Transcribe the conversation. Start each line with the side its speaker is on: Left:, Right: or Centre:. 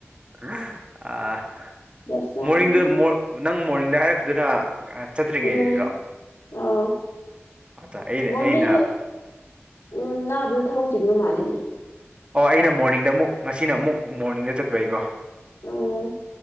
Right: ꯍ ꯑꯥ
Left: ꯗꯁꯥꯅꯤ
Right: ꯃꯣꯔꯅꯤꯡꯗꯨ ꯃꯣꯔ ꯅꯪ ꯃꯣꯔꯅꯤꯡꯗ ꯍꯥꯏꯔꯛꯇꯗꯨꯅ ꯑꯥ ꯆꯠꯇ꯭ꯔꯤꯉꯩꯗꯁꯨ
Left: ꯎꯝ ꯑꯧ
Right: ꯑꯇ ꯑꯩꯅ
Left: ꯃꯣꯔꯅꯤꯡꯗ
Right: ꯑꯩꯅ
Left: ꯎꯝ ꯅꯪ ꯑꯗꯨꯗ ꯊꯕꯛ ꯆꯤꯟꯕ ꯃꯥꯜꯂꯦꯅꯦ
Right: ꯑꯣ ꯑꯩꯅ ꯃꯣꯔꯅꯤꯡꯗ ꯑꯃꯨꯛ ꯉꯁꯤꯅ ꯑꯃꯨꯛ ꯃꯣꯔꯅꯤꯡꯗ ꯆꯠꯄꯩꯀꯣ
Left: ꯎꯝ